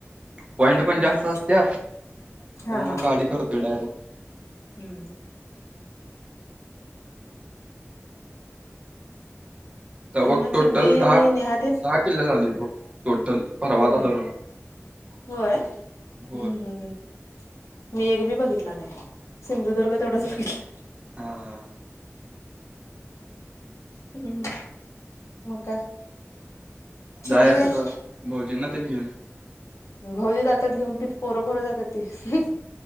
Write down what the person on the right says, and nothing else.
पॉईंट
पण जास्त
असत्यात, त्यामुळं
गाडी करतोय डायरेक्ट.
तर
बघ,
टोटल
दहा,
दहा किल्ले झालेत बघ. टोटल परवाचा
धरून.
होय
हा.
मग
जाच यातनं
भाऊजींना त्यांनी घेऊन